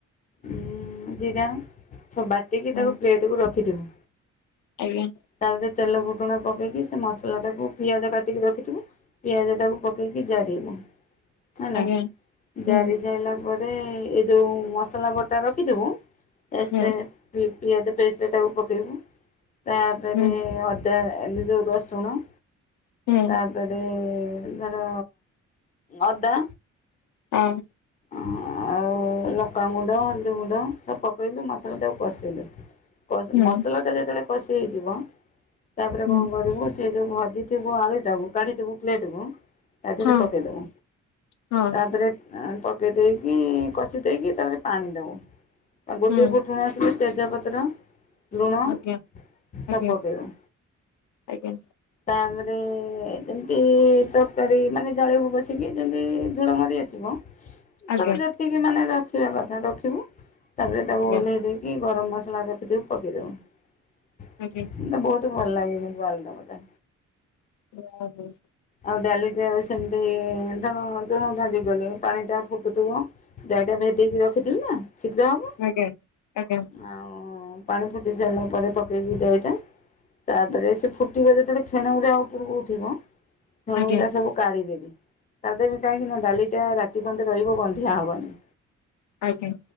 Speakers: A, on the left; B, on the left.
A: ଉଁ ଜିରା ସବୁ ବା ଟିକି
B: ହୁଁ
A: ତାକୁ ପ୍ଲେଟକୁ ରଖିଥିବୁ।
B: ଆଜ୍ଞା।
A: ତାପରେ ତେଲ ଫୁଟୁଣା ପକେଇକି ସେ ମସଲା ଟାକୁ ପିଆଜ କାଟିକି ରଖିଥିବୁ ପିଆଜ ଟାକୁ ପକେଇକି ଜାରିବୁ ହେଲା
B: ଆଜ୍ଞା। ହୁଁ
A: ଜାରି ସାଇଲା ତାପରେ ଏ ଯଉ ମସଲା ବଟା ରଖିଥିବୁ ଟେଷ୍ଟେ
B: ହୁଁ
A: ପିଆଜ ପେଷ୍ଟ ଟାକୁ ପକେଇବୁ ତାପେରେ
B: ହୁଁ
A: ଏ ଯଉ ରସୁଣ ତା
B: ହୁଁ
A: ତାପରେ ଧର ଅଦା
B: ହଁ।
A: ଅଁ ଆଉ ଓ ଲଙ୍କା ଗୁଣ୍ଡ ହଳଦୀ ଗୁଣ୍ଡ ସବୁ ପକେଇକି ମସଲଟାକୁ କଷେଇ ଦବୁ।
B: ହୁଁ
A: ମସଲା ଟା ଯେତବେଳେ କଷି ହେଇଯିବ ତାପରେ
B: ହୁଁ
A: କଣ କରିବୁ ସେ ଯୋଉ ଭାଜିଥିବୁ ଆଳୁ ଟାକୁ କାଢିଦବୁ ପ୍ଲେଟ କୁ ତା ଦେହରେ
B: ହଁ
A: ପକେଇଦବୁ
B: ହଁ
A: ତାପରେ ଅ ପକେଇ ଦେଇକି କଷି ଦେଇକି ତାପରେ ପାଣି ଦେବ ଗୋଟେ
B: ହୁଁ
A: ଫୁଟୁଣ ଆସିଲେ ତେଜପତ୍ର ଲୁଣ
B: ଆଜ୍ଞା
A: ସବୁ
B: ଆଜ୍ଞା
A: ପକେଇବ।
B: ଆଜ୍ଞା
A: ତାପରେ ଯେମିତି ତରକାରୀ ମାନେ ଜଳେଇବୁ ବସିକି ଯେମିତି ଝୁଳ ମରି ଆସେ <inaudible>
B: ଆଜ୍ଞା
A: ତମେ ଯେତିକି ମାନେ ରଖିବା କଥା ରଖିବୁ ତାପରେ ତାକୁ
B: ଆଜ୍ଞା
A: ଓହ୍ଲେଇ ଦେଇକି କି ଗରମ ମସଲା ରଖିଥିବୁ ପକେଇଦେବ।
B: ଆଜ୍ଞା।
A: ମତେ ବହୁତ ଭଲ ଲାଗେ କିନ୍ତୁ ଆଳୁ ଦମ୍ ଟା।
B: <unintelligible>
A: ଆଉ ଡାଲିଟା ସେମିତି ଧ ଧଣ ଡାଲି କଲେ ପାଣି ଟା ଫୁ ଫୁଟୁଥିବ ଯାଇଟା ଭେଦିକି ରଖିଥିବି ନା ଶୀଘ୍ର ହବ।
B: ଆଜ୍ଞା ଆ ଆଜ୍ଞା।
A: ଆଉ ପାଣି ଫୁଟି ସାରିଲା ପରେ ପକେଇକି ଯାଇଟା ତାପରେ ସେ ଫୁଟିବ ଯେତବେଳେ ଫେଣ ଗୁରା ଉପରକୁ ଉଠିବ ଫେଣଗୁରା
B: ଆଜ୍ଞା
A: ସବୁ କାଢ଼ିଦେବି କାଢ଼ିଦବି କାହିଁକି ନା ଡାଲିଟା ରାତି ପର୍ଯ୍ୟନ୍ତ ରହିବ ଗନ୍ଧିଆ ହବନି।
B: ଆଜ୍ଞା।